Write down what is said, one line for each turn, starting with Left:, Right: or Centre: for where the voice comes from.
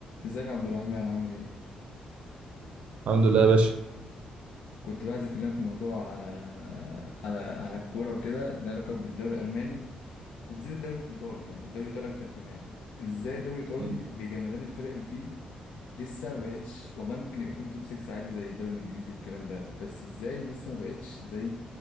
Left: ازيك يا عبد الرحمن عامل ايه؟
Right: الحمد لله يا باشا
Left: كنت بقى عايز اكلمك في موضوع على على على الكوره وكده لها علاقه بالدوري الالماني وبالذات الدوري الايطالي يعني الدوري الايطالي اكتر كمان ازاي الدوري الايطالي
Right: مم.
Left: بجمدان الفرق اللي فيه لسه ما بقتش والله ممكن يبقى فيهم توب 6 عادي زي الدوري الانجليزي والكلام ده بس ازاي لسه ما بقتش زي